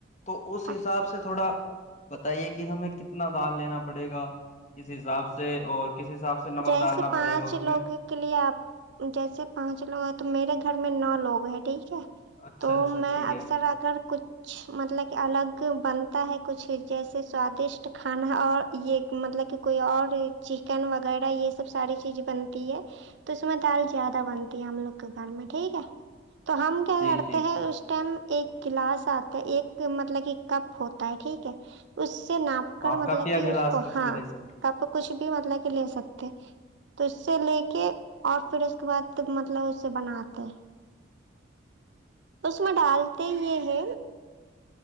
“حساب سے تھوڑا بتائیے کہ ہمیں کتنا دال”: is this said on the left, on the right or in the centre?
Left